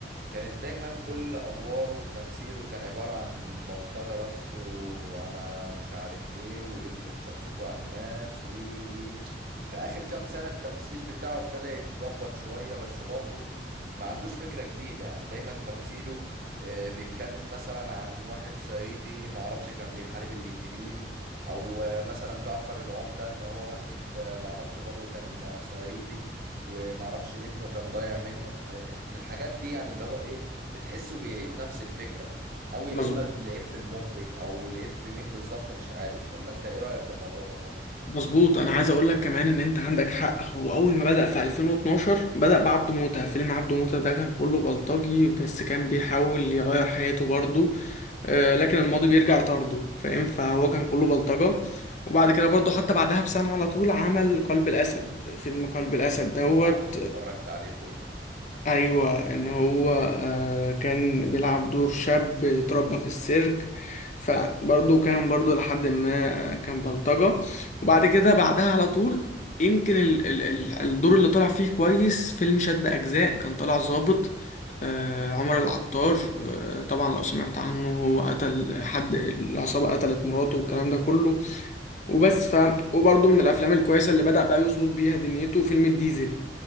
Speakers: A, on the right; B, on the left.
A: كانت دايما كل ادواره وتمثيله كان عبارة عن بلطجة بس وانا مش عارف ايه ويفرض شخصيته على الناس وي وي في اخر كام سنة التمثيل بتاعه ابتدى يتظبط شوية بس برضه ما عندوش فكرة جديدة يعني دايما تمثيله آه، بيتكلم مثلا عن واحد صعيدي معرفش كان بيحارب الانجليز او آه، مثلا جعفر العمدة ان هو واحد آه، معرفش برضه كان آه، صعيدي ومعرفش إيه ابنه كان ضايع منه إيه، الحاجات دي يعني اللي هو ايه بتحسه بيعيد نفس الفكرة او يا
B: مظبوط
A: اما العيب في المخرج او العيب في مين بالظبط مش عارف ولا انت ايه رأيك في الموضوع ده طيب
B: مظبوط انا عايز اقول لك كمان ان انت عندك حق هو اول ما بدأ في 2012 بدأ بعبده موتة فيلم عبده موتة ده كان كله بلطجي بس كان بيحاول يغير حياته برضه آه، لكن الماضي بيرجع يطارده فاهم فهو كان كله بلطجة وبعد كده برضه حتى بعدها بسنة على طول عمل قلب الأسد فيلم قلب الأسد دوت
A: عارفه واتفرجت عليه كله
B: ايوه ان هو آه، كان بيلعب دور شاب اتربى في السيرك فبرضه كان برضه لحد ما آه، كان بلطجة وبعد كده بعدها على طول يمكن ال ال ال الدور اللي طلع فيه كويس فيلم شد أجزاء كان طلع ظابط آه، عمر العطار آه، طبعا لو سمعت عنه هو قتل حد العصابة قتلت مراته والكلام ده كله وبس ف وبرضه من الافلام الكويسه اللي بدأ بقى يظبط بيها دنيته فيلم الديزل